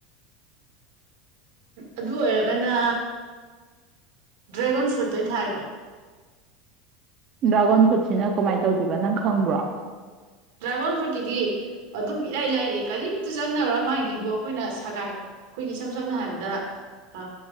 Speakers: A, on the right; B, on the right.
A: ꯑꯗꯨ ꯑꯣꯏꯔꯒꯅ ꯗ꯭ꯔꯥꯒꯣꯟ ꯐ꯭ꯔꯨꯠꯇꯣ ꯊꯥꯒꯦꯔꯣ
B: ꯗ꯭ꯔꯥꯒꯣꯟ ꯐ꯭ꯔꯨꯠꯁꯤꯅ ꯀꯃꯥꯏꯅ ꯇꯧꯗꯣꯏꯕ ꯅꯪ ꯈꯪꯕ꯭ꯔꯣ
A: ꯗ꯭ꯔꯥꯒꯣꯟ ꯐ꯭ꯔꯨꯠꯀꯤꯗꯤ ꯑꯗꯨꯝ ꯏꯔꯥꯏ ꯂꯥꯏꯔꯤ ꯀꯔꯤꯝꯇ ꯆꯪꯅꯔꯣ ꯃꯥꯒꯤꯕꯨ ꯑꯩꯈꯣꯏꯅ ꯁꯒꯥꯏ ꯑꯩꯈꯣꯏꯒꯤ ꯏꯁꯝ ꯁꯝꯅ ꯍꯥꯏꯔꯕꯗ ꯑ